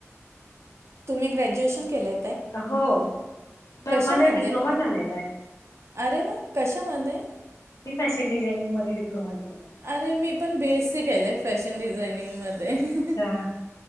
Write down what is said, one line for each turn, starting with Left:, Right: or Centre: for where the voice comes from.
Right: तुम्ही ग्रॅज्युएशन केलय
Left: हो हो म
Right: कशामध्ये?
Left: माझा डिप्लोमा झालेला आहे.
Right: अरे वा! कशामधे.
Left: मी फॅशन डिझायनिंग मध्ये डप्लोमा केलाय
Right: अर मी पण बीएससी केले फॅशन डिझाइनिंग.
Left: आहे अच्छा